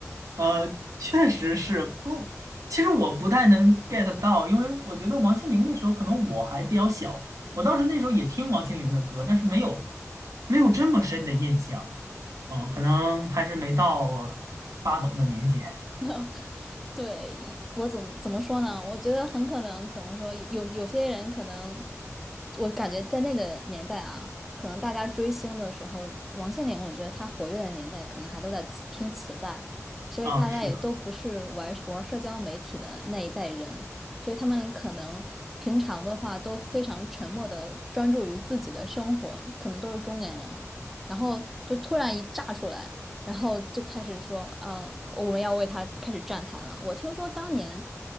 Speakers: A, on the right (about 85°); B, in the centre.
A: 呃，确实是不，其实我不太能 get 到，因为我觉得王心凌那时候可能我还比较小，我当时那时候也听王心凌的歌，但是没有没有这么深的印象，嗯，可能还是没到八懂的年纪
B: <laughs> 对，一我怎么怎么说呢？我觉得很可能怎么说，有有些人可能，我感觉在那个年代啊，可能大家追星的时候，王心凌，我觉得她活跃的年代，可能还都在磁听磁带，所以大家也都不是玩玩社交媒体的那一代人，
A: 啊，是的，
B: 所以他们可能平常的话都非常沉默的专注于自己的生活，可能都是中年人了，然后就突然一炸出来。然后就开始说啊，我们要为他开始站台了。我听说当年